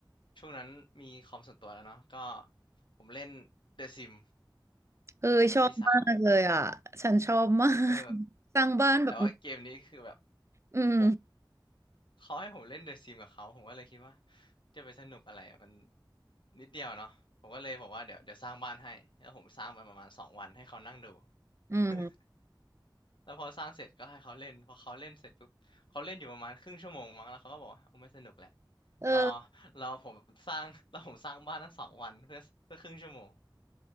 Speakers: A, on the left (about 75°); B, on the right (about 35°).
A: ช่วงนั้นมีคอมส่วนตัวแล้วเนาะก็ผมเล่น The Sim
B: เออชอบมากเลยอ่ะ
A: กับพี่สาว
B: ฉันชอบมาก
A: เออ
B: สร้างบ้านแบบ
A: แต่ว่าเกมนี้คือแบบ
B: อืม
A: ผมเขาให้ผมเล่น The Sim กับเขา ผมก็เลยคิดว่าจะไปสนุกอะไรมันนิดเดียวเนาะผมก็เลยบอกว่าเดี๋ยวเดี๋ยวสร้างบ้านให้ แล้วผมสร้างไปประมาณสองวันให้เขานั่งดู
B: อืม
A: <laughs> แล้วพอสร้างเสร็จก็ให้เขาเล่นพอเขาเล่นเสร็จปุ๊บเขาเล่นอยู่ประมาณครึ่งชั่วโมงมั้งแล้วเขาก็บอกว่าโอ้ไม่สนุกแหละ
B: เออ
A: รอรอผมสร้าง <laughs> รอผมสร้างบ้านทั้งสองวันเพื่อเพื่อครึ่งชั่วโมง